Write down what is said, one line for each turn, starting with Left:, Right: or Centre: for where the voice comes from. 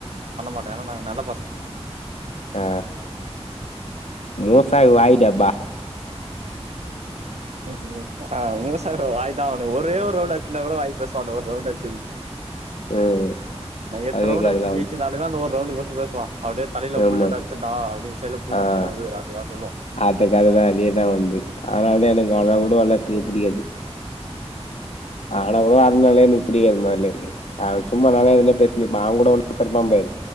Right: பண்ணமாட்டே என நாங்க நல்ல பசங்க
Left: அ மோசாக்கு வாய்டா அப்ப
Right: ம் ஹீம் ஆ மூசா வாயிதா தா அவனுக்கு ஒரே ஒரு ரவுண்ட் அச்சிருந்தா கூட வாய் பேசுவ அந்த ஒரு ரவுண்ட் அச்சதுக்
Left: ம்
Right: நா எட்டு
Left: அதே
Right: ரவுண்ட்
Left: கததா
Right: அச்சு
Left: வந்து
Right: ஜெிச்சிருந்தாலுமே அந்த ஒரு ரவுண்டு பத்தி பேசுவா அப்டியே தலையில
Left: ஆமா
Right: புல்லட் அச்சன்டா அப்டினு சைல போ
Left: ஆ
Right: அந்த சைல வந்து அப்டிதா எதா சொல்லோ
Left: அந்த கத தான் அதே தான வந்து அதனால தான் எனக்கு அவளன் கூட வளாத்துக்கு புடிகாது ஆனா கூட அந்தால எனக்கு புடிக்காது மொதலே அ சும்மா <unintelligible> இருந்துப்பே அவன் கூட ஒன்னு எத்துருப்பா பாரு